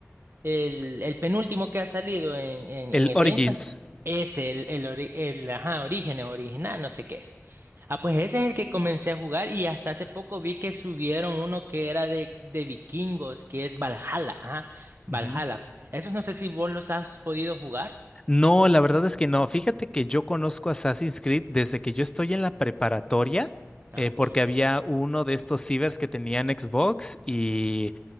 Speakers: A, on the right (about 50°); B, on the left (about 20°).
A: El, el penúltimo que ha salido en, en,
B: El
A: en el
B: Origins.
A: Game Pass es el, el, ori- el ajá, origen original, no sé qué es. Ah, pues ese es el que comencé a jugar y hasta hace poco vi que subieron uno que era de, de vikingos, que es Valhalla, ajá, Valhalla.
B: Ujú.
A: Esos no sé si vos los has podido jugar.
B: No, la verdad es que no. Fíjate que yo conozco Assassin's Creed desde que yo estoy en la preparatoria,
A: Ah,
B: eh,
A: ok.
B: porque había uno de estos cibers que tenían Xbox y